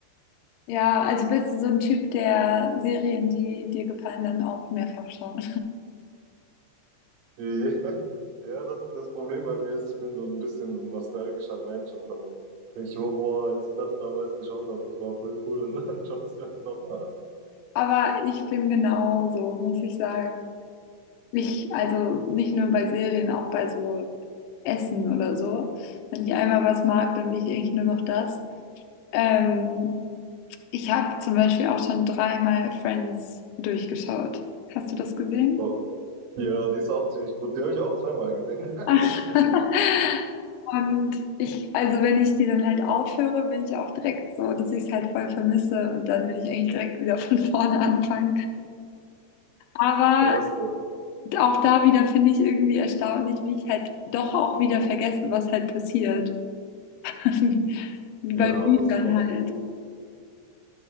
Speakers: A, on the left (about 80°); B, on the right (about 75°).
A: Ja, also bist du so ein Typ der Serien, die dir gefallen, dann auch mehrfach schauen.
B: Ja, <laughs> ja, das, das Problem bei mir ist, ich bin so ein bisschen so ein nostalgischer Mensch und dann denke ich immer, boah, als ich das damals geschaut habe, das war voll cool und <laughs> dann schaue ich es mir halt nochmal an.
A: Aber ich bin genauso, muss ich sagen. Mich, also nicht nur bei Serien, auch bei so Essen oder so. Wenn ich einmal was mag, dann will ich eigentlich nur noch das. Ähm, Ich habe zum Beispiel auch schon dreimal Friends durchgeschaut. Hast du das gesehen?
B: Boah. Ja, die ist auch ziemlich gut. Die habe ich auch zweimal gesehen, <laughs> tatsächlich.
A: <laughs> Und ich, also wenn ich die dann halt aufhöre, bin ich auch direkt so, dass ich es halt voll vermisse und dann will ich eigentlich direkt wieder von vorne anfangen. Aber
B: Da wär's drin.
A: auch da wieder finde ich irgendwie erstaunlich, wie ich halt doch auch wieder vergesse, was halt passiert. <laughs> Wie
B: Ja,
A: bei Büchern
B: aber es sind auch
A: halt.
B: so,